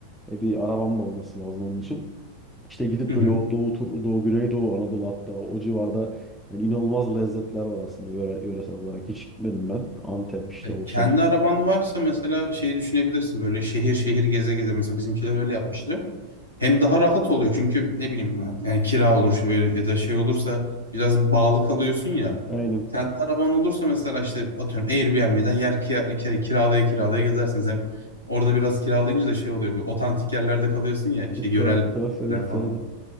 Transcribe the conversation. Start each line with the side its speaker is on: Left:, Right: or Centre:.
Centre: E bir arabam da olması lazım onun için. İşte gidip
Right: Hı
Centre: böyle
Right: hı.
Centre: o Doğu tur, Doğu, Güneydoğu, Anadolu hatta o civarda yani inanılmaz lezzetler var aslında yöre, yöresel olarak. Hiç gitmedim ben. Antep işte
Right: E,
Centre: olsun.
Right: Kendi araban varsa mesela şeyi düşünebilirsin böyle şehir şehir geze geze mesela bizimkiler öyle yapmıştı. Hem
Centre: Hı hı.
Right: daha rahat oluyor çünkü ne bileyim ben, yani kira olur şu böyle ya da şey olursa biraz bağlı kalıyorsun ya.
Centre: Aynen.
Right: Kendi araban olursa mesela işte atıyorum Airbnb'den yer kira, kira- kiralaya kiralaya gezersiniz. Hem orada biraz kiralayınca da şey oluyor bir otantik yerlerde kalıyorsun ya şey
Centre: Tuhaf
Right: yöreller
Centre: tuhaf evet
Right: falan.
Centre: aynen.